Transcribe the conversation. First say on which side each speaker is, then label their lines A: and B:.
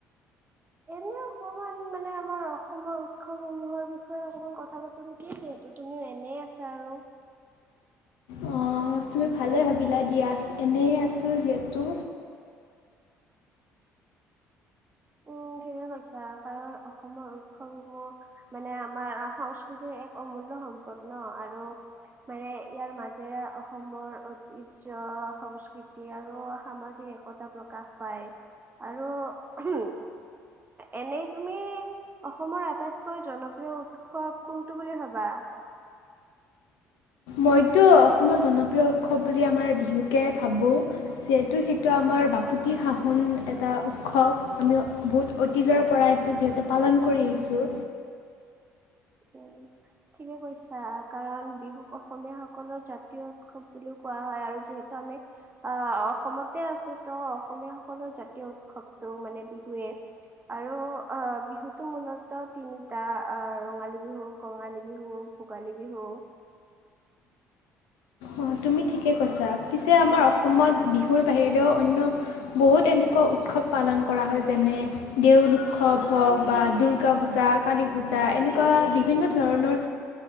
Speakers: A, on the right; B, on the left.
A: এনে অকমান মানে আমাৰ অসমৰ উৎসৱসমূহৰ বিষয়ে অকমান কথা পাতো নেকি তুমিও এনেই আছা আৰু।
B: অ', তুমি ভালেই ভাবিলা দিয়া, এনেই আছোঁ যিহেতু।
A: অঁ। ঠিকে কৈছা কাৰণ অসমৰ উৎসৱসমূহ মানে আমাৰ সংস্কৃতিৰ এক অমূল্য সম্পদ ন আৰু মানে ইয়াৰ মাজেৰে অসমৰ ঐতিহ্য, সংস্কৃতি আৰু সামাজিক একতা প্ৰকাশ পায় আৰু এনেই তুমি অসমৰ আটাইতকৈ জনপ্ৰিয় উৎসৱ কোনটো বুলি ভাবা?
B: মইতো অসমৰ জনপ্ৰিয় উৎসৱ বুলি আমাৰ বিহুকে ভাৱোঁ, যিহেতু সেইটো আমাৰ আমাৰ বাপতি সাহোন এটা উৎসৱ আমি বহুত অতিজৰ পৰাটো যিহেতু পালন কৰি আহিছোঁ।
A: উম। ঠিকে কৈছা কাৰণ বিহুক অসমীয় সকলৰ জাতীয় উৎসৱ বুলিও কোৱা হয় আৰু যিহেতু ত' আমি আহ অসমতে আছো ত' অসমীয়া সকলো জাতীয় উৎসৱতটো মানে বিহুৱে আৰু অ' বিহুতো মূলত তিনিটা ৰঙালী বিহু, কঙালী বিহু, ভোগালী বিহু
B: অ', তুমি ঠিকেও কৈছা, পিছে আমাৰ অসমত বিহুৰ বাহিৰেও অন্য বহুত এনেকুৱা উৎসৱ পালন কৰা হয়, যেনে-দেউল উৎসৱ হওঁক বা দুৰ্গা-পূজা, কালী-পূজা। এনেকুৱা বিভিন্ন ধৰণৰ